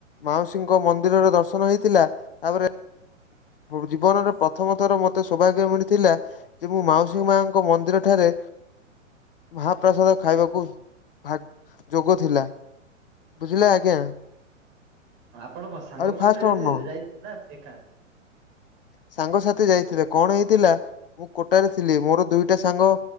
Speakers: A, on the left; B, on the right.
A: ମାଉସୀଙ୍କ ମନ୍ଦିରରେ ଦର୍ଶନ ହେଇଥିଲା ତାପରେ
B: <unintelligible>
A: ଜୀବନରେ ପ୍ରଥମ ଥର ମତେ ସୌଭାଗ୍ୟ ମିଳିଥିଲା ଯେ ମୁଁ ମାଉସୀ ମାଙ୍କ ମନ୍ଦିର ଠାରେ ମହାପ୍ରାସାଦ ଖାଇବାକୁ ଭାଗ୍ୟ ଯୋଗ ଥିଲା। ବୁଝିଲେ ଆଜ୍ଞା।
B: ଆପଣଙ୍କ ସାଙ୍ଗଙ୍କ
A: ଆହୁରି ଫାଷ୍ଟ
B: ସହିତ
A: ଅନ୍ନ
B: ଯାଇଥିଲେ ନା ଏକା?
A: ସାଙ୍ଗସାଥି ଯାଇଥିଲେ କଣ ହେଇଥିଲା ମୁଁ ଗୋଟାରେ ଥିଲି ମୋର ଦୁଇଟା ସାଙ୍ଗ